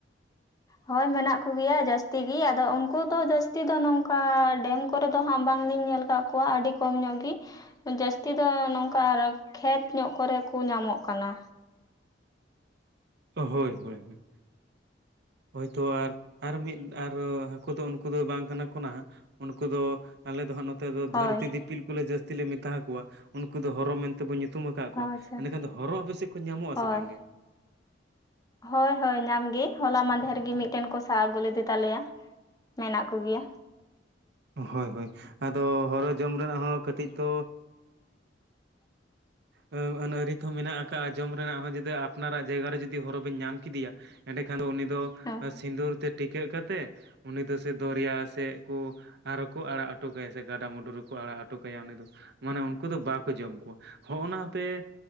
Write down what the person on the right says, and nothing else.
ᱦᱳᱭ ᱦᱳᱭ ᱦᱳᱭ, ᱦᱳᱭ ᱛᱚ ᱟᱨ ᱟᱨ ᱢᱤᱫ ᱟᱨ ᱦᱟᱹᱠᱩ ᱫᱚ ᱩᱱᱠᱩ ᱫᱚ ᱵᱟᱝ ᱠᱟᱱᱟ ᱠᱚ ᱱᱟᱦᱟᱸᱜ᱾ ᱩᱱᱠᱩ ᱫᱚ ᱟᱞᱮ ᱫᱚ ᱦᱟᱸᱜ ᱱᱚᱛᱮ ᱫᱚ
ᱫᱷᱟᱹᱨᱛᱤ ᱫᱤᱯᱤᱞ ᱠᱚᱞᱮ ᱡᱟᱹᱥᱛᱤ ᱞᱮ ᱢᱮᱛᱟᱦ ᱠᱚᱣᱟ᱾ ᱩᱱᱠᱩ ᱫᱚ ᱦᱚᱨᱚ ᱢᱮᱱᱛᱮ ᱛᱮᱵᱚᱱ ᱧᱩᱛᱩᱢ ᱟᱠᱟᱫ ᱠᱚᱣᱟ᱾
ᱮᱸᱰᱮᱠᱷᱟᱱ ᱫᱚ ᱦᱚᱨᱚ ᱟᱯᱮ ᱥᱮᱫ ᱠᱚ ᱧᱟᱢᱚᱜᱼᱟ
ᱥᱮ ᱵᱟᱝᱜᱮ?
ᱦᱳᱭ ᱦᱳᱭ ᱟᱫᱚ ᱦᱚᱨᱚ ᱡᱚᱢ ᱨᱮᱱᱟᱜ ᱦᱚᱸ ᱠᱟᱹᱴᱤᱡ ᱛᱚ,
ᱟᱹᱱ-ᱟᱹᱨᱤ ᱛᱚ ᱦᱚᱸ ᱢᱮᱱᱟᱜ ᱟᱠᱟᱫᱼᱟ, ᱡᱚᱢ ᱨᱮᱱᱟᱜ ᱦᱚᱸ ᱡᱩᱫᱤ ᱟᱯᱱᱟᱨᱟᱜ ᱡᱟᱭᱜᱟ ᱨᱮ ᱡᱩᱫᱤ ᱦᱚᱨᱚ ᱵᱤᱱ ᱧᱟᱢ ᱠᱮᱫᱮᱭᱟ ᱮᱸᱰᱮᱠᱷᱟᱱ ᱫᱚ ᱩᱱᱤ ᱫᱚ,
ᱥᱤᱸᱫᱩᱨ ᱛᱮ ᱴᱤᱠᱟᱹᱜ ᱠᱟᱛᱮᱜ ᱩᱱᱤ ᱫᱚ ᱥᱮ ᱫᱚᱨᱭᱟ ᱥᱮᱫ ᱠᱚ ᱟᱨ ᱦᱚᱸ ᱠᱚ ᱟᱲᱟᱜ ᱚᱴᱚ ᱠᱟᱭᱟ ᱥᱮ ᱜᱟᱰᱟᱼᱢᱩᱰᱩ ᱨᱮᱠᱚ ᱟᱲᱟᱜ ᱚᱴᱚ ᱠᱟᱭᱟ ᱩᱱᱤ ᱫᱚ᱾ ᱢᱟᱱᱮ ᱩᱱᱠᱩ ᱫᱚ ᱵᱟᱠᱚ ᱡᱚᱢ ᱠᱚᱣᱟ, ᱦᱚᱜ ᱚᱱᱟ ᱦᱚᱯᱮ